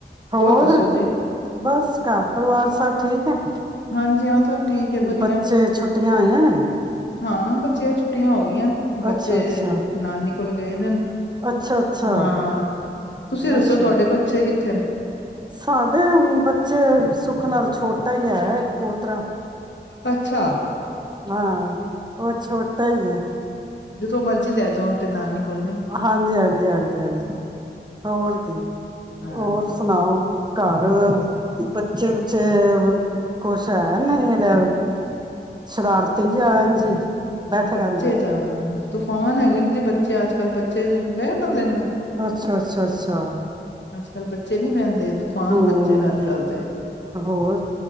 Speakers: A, on the right; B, on the left.
A: ਹੋਰ
B: ਦੱਸੋ ਜੀ
A: ਬਸ ਘਰ ਪਰਿਵਾਰ ਸਭ ਠੀਕ ਹੈ
B: ਹਾਂਜੀ ਹਾਂ ਸਭ ਠੀਕ ਹੈ ਵਧੀਆ,
A: ਬੱਚੇ ਛੁੱਟੀਆਂ ਹੋਈਆਂ ਨੇ
B: ਹਾਂ ਬੱਚਿਆਂ ਛੁੱਟੀੀਆਂ ਟੀ ਆ ਹੋ ਗਈ ਟਿਆਂ ਨੇ, ਬੱਚੇ
A: ਅੱਛਾ ਅੱਛਾ
B: ਨਾਨੀ ਕੋਲ ਗਏ ਦੇ ਨੇ,
A: ਅੱਛਾ ਅੱਛਾ
B: ਹਾਂ ਤੁਸੀਂ ਦੱਸੋ
A: ਅੱਛਾ
B: ਤੁਹਾਡੇ ਬੱਚੇ ਕਿਥ ਥਿਰ
A: ਸਾਡੇ ਬੱਚੇ ਸੁੱਖ ਨਾਲ ਛੋਟਾ ਹੀ ਹੈ ਇੱਕ ਪੋਤਰਾ
B: ਅੱਛਾ
A: ਹਾਂ। ਉਹ ਛੋਟਾ ਹੀ ਐ।
B: ਤੋ ਮਰਜ਼ ਲੈ ਜਾਣ ਤੇ ਹੁਨ ਤੇ ਨਾਨੀ ਕੋਲ ਨਈ
A: ਹਾਂਜੀ--ਹਾਂਜੀ ਹਾਂਜੀ--ਹਾਂਜੀ, ਹੋਰ ਕੀ,
B: ਹਾਂ।
A: ਹੋਰ ਸੁਣਾਓ ਘਰ
B: ਬਸ
A: ਬੱਚੇ ਬੱਚੇ ਕੁਛ ਹੈ ਨਹੀਂ ਇਹਦਾ ਸ਼ਰਾਰਤੀ ਜਾ ਐਂਜ ਈ ਬੈਠੇ
B: ਬੱਚੇ
A: ਰਹਿੰਦੇ
B: ਤਾਂ ਤੂਫਾਨ ਹੈਗੇ ਨੇ ਜੀ ਬੱਚੇ ਅੱਜ ਕੱਲ੍ਹ ਬੱਚੇ ਬਹਿਣ ਨਾ ਦੇਣਾ
A: ਅੱਛਾ ਅੱਛਾ ਅੱਛਾ
B: ਕੱਲ ਬੱਚੇ ਨੀ ਬਹਿੰਦੇ ਤੂਫਾਨ
A: ਹੂੰ
B: ਬੱਚੇ ਨੇ ਅੱਜ ਕੱਲ੍ਹ ਦੇ
A: ਹੋਰ